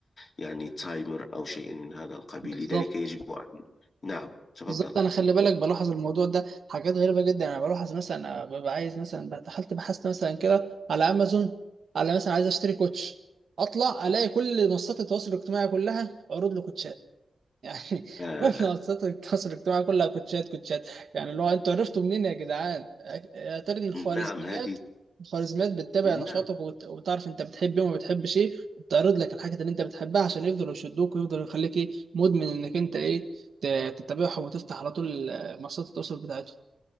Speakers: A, on the left; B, on the right.
A: يعني تايمر أو شيء من هذا القبيل
B: بالظبط
A: لذلك يجب أن نعم تفضل
B: بالظبط انا
A: أخي
B: خلي بالك بلاحظ الموضوع ده حاجات غريبه جدا انا بلاحظ مثلا أنا ببقى عايز مثلا دخلت بحثت مثلا كده على امازون على مثلا عايز اشتري كوتش اطلع الاقي
A: مم.
B: كل منصات التواصل الاجتماعي كلها عروض لكوتشات يعني <laughs>
A: آه،
B: منصات التواصل الاجتماعي كلها كوتشات كوتشات يعني اللي هو انتوا عرفتوا منين يا جدعان يا ترى ان الخوارزميات
A: نعم هذه
B: الخوارزميات بتتابع
A: نعم
B: نشاطك وبت- وبتعرف انت بتحب ايه وما بتحبش ايه وبتعرض لك الحاجات اللي انت بتحبها عشان يفضلوا يشدوك ويفضلوا يخليك ايه مدمن انك انت ايه ت- تتابعهم وتفتح على طول منصات التواصل بتاعتهم